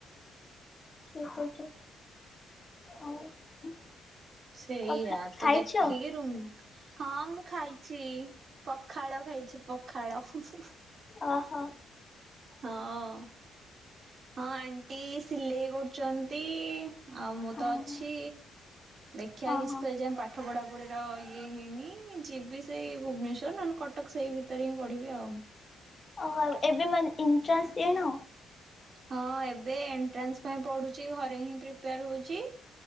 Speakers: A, on the left; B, on the right.
A: ଠିକ୍ କହିଚ ଆଉ
B: ସେଇଆା
A: ଆଉ ଖାଇଛ
B: ତ ଦେଖିକି ରୁମ୍ ହଁ ମୁଁ ଖାଇଛି ପଖାଳ ଖାଇଛି ପଖାଳ ହୁଁ ହୁଁ
A: ଓ ହୋ
B: ହଁ ହଁ ଆଣ୍ଟି ସିଲେଇ କରୁଛନ୍ତି। ଆଉ ମୁଁ
A: ହଁ
B: ତ
A: ହଁ
B: ଅଛି ଦେଖିଆ
A: ହଁ
B: କିଛି
A: ହଁ
B: ତ ଏ ଯାଏ ପା ପାଠ ପଢାପଢିର ଇଏ ହେଇନି ଯିବି ସେଇ ଭୁବନେଶ୍ୱର ନହେଲେ କଟକ ସେଇ ଭିତରେ ହିଁ ପଢିବି ଆଉ।
A: ଓହୋ। ଏବେ ମାନେ ଇଣ୍ଟ୍ରାନ୍ସ ଦେଇନ?
B: ହଁ ଏବେ ଏଣ୍ଟ୍ରାନ୍ସ ପାଇଁ ପଢୁଚି। ଘରେ ହିଁ ପ୍ରିପେୟାର ହଉଚି।